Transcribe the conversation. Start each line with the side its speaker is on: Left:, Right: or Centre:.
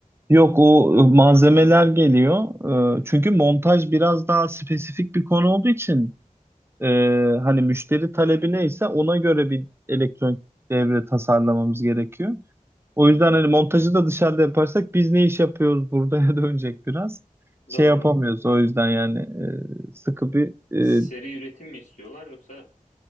Right: Yok o malzemeler geliyor. Ee, Çünkü montaj biraz daha spesifik bir konu olduğu için e, hani müşteri talebi neyse ona göre bir elektronik devre tasarlamamız gerekiyor. O yüzden hani montajı da dışarıda yaparsak biz ne iş yapıyoruz buraya <laughs> dönecek biraz. Şey
Left: Doğru.
Right: yapamıyoruz o yüzden yani e, sıkı bir
Left: Seri
Right: e,
Left: üretim mi istiyorlar yoksa